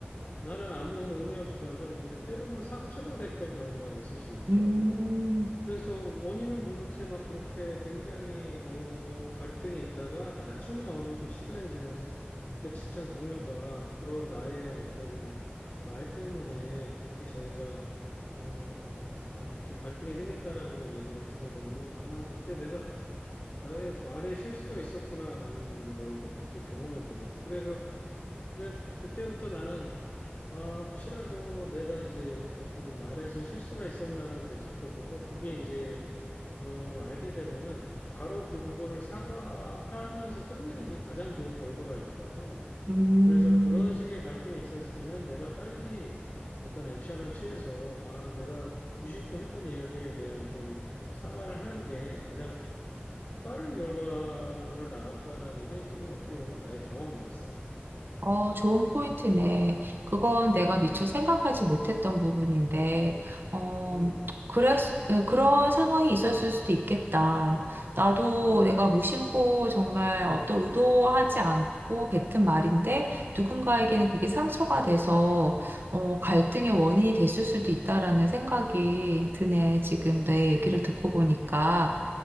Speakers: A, on the left (about 45°); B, on the right (about 60°).
A: 나는 아무 의미 없이 던졌는데 때로는 상처가 됐던 경우가 있을 수 있더라고.
B: 음,
A: 그래서 원인은 모른 채 막 그렇게 굉장히 어 갈등이 있다가 나중에 어느 좀 시간이 지나서 그 직장 동료가 그런 나의 어떤 말 때문에 그렇게 자기가 어 막 이렇게 갈등이 생겼다라는 걸 얘기를 들어보면은 아 그때 내가 나의 말에 실수가 있었구나라는 거를 내가 그때 경험했거든. 그래서 그래 그때부터 나는 아, 혹시라도 내가 이제 어떤 말에서 실수가 있었나를 되짚어보고 그게 이제 어, 알게 되면은 바로 그 부분을 사과하면서 끝내는 게 가장 좋은 결과가 있더라고.
B: 음. 음.
A: 그래서 그런 식의 갈등이 있었을 때는 내가 빨리 어떤 액션을 취해서 아, 내가 무심코 했던 이야기에 대한 좀 사과를 하는 게 가장 빠른 결과를 낳았다라는 게 좀 어떻게 보면 나의 경험이었어.
B: 어, 좋은 포인트네. 그건 내가
A: 음,
B: 미처 생각하지 못했던 부분인데, 어,
A: 음,
B: 그랬, 에, 그런 상황이 있었을 수도 있겠다. 나도
A: 음,
B: 내가 무심코 정말 어떤 의도하지 않고 뱉은 말인데, 누군가에게는 그게 상처가 돼서, 어, 갈등의 원인이 됐을 수도 있다라는 생각이 드네. 지금 내 얘기를 듣고 보니까.